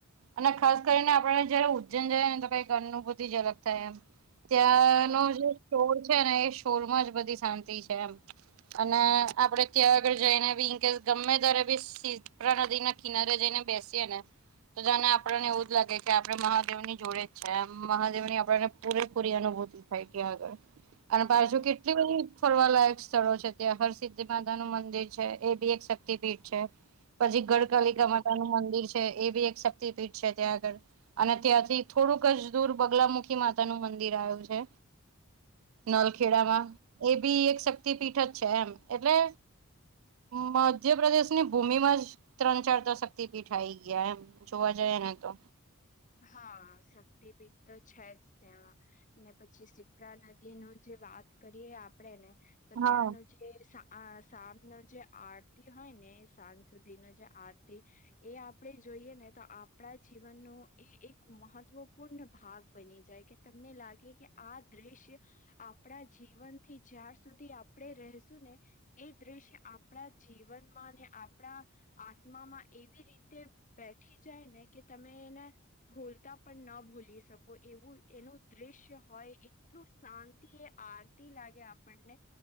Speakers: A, on the right (about 70°); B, on the left (about 40°).
A: અને ખાસ કરીને આપડે જયારે ઉજ્જૈન જાય ને તો કઈક અનુભૂતિ જ અલગ થાય એમ. ત્યાંનો
B: હા
A: જે શોર છે ને એ શોર માં જ બધી શાંતિ છે એમ. અને આપડે ત્યાં આગળ જઈને બી ઇનકેસ ગમે ત્યારે બી સી પરા નદી ના કિનારે જઈને બેસીએ ને તો તને આપણને એવું જ લાગે કે આપડણે મહાદેવ ની જોડે જ છેમ મહાદેવ ની આપણને પૂરેપૂરી અનુભૂતિ થાય તે આગળ અને પાછુ
B: હમ
A: કેટલી બધી ફરવા લાયક સ્થળો છે ત્યાં હરસિદ્ધિ માતા નું મંદિર છે એ બી એક શક્તિપીઠ છે. પછી ગડકાલિકા માતા નું મંદિર છે એ બી એક શક્તિપીઠ છે ત્યાં આગળ. અને ત્યાંથી થોડુંક જ દૂર બગલામુખી માતાનું મંદિર આયું છે નલખેડામાં એ બી એક શક્તિ પીઠ જ છે એમ એટલે મધ્યપ્રદેશની ભૂમિમાં જ ત્રણ ચાર તો શક્તિપીઠ આ આવી ગયા એમ જોવા જાએ ને તો.
B: હા, શક્તિપીઠ તો છે જ ત્યાં ને પછી સિપ્રા નદી નું જે વાત કરીએ આપડે ને તો
A: હા
B: ત્યાંનું જે તે સા આ સાંજ નું એ જે આરતી હોય ને સાંજ સુધી નો જે આરતી એ આપડે જોઈએ ને તો આપડા જીવનનું એ એક મહત્વપૂર્ણ ભાગ બની જાય કે તમને લાગે કે આ દ્રશ્ય આપડા જીવનથી જ્યાાર સુધી આપણે રેહશું ને એ દ્રશ્ય આપડા જીવનમાં ને આપડા આત્મામાં એવી રીતે બેઠી જાય ને કે તમે એને ભોલતા પણ ન ભૂલી શકો એવું એનું દ્રશ્ય હોય એટલું શાંતિ એ આરતી લાગે આપણને